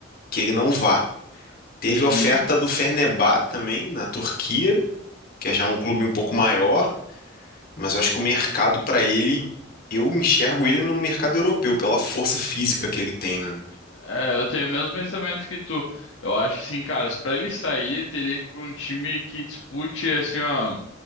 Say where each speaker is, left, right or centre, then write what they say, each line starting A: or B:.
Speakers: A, on the left; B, on the left.
A: que ele não vá. Teve
B: Uhum.
A: oferta do Fenerbahçe também, na Turquia, que é já um clube um pouco maior, mas eu acho que o mercado para ele, eu enxergo ele no mercado europeu, pela força física que ele tem, né?
B: É, eu tenho o mesmo pensamento que tu. Eu acho assim, cara, pra ele sair, teria que ir pra um time que dispute, assim, ó,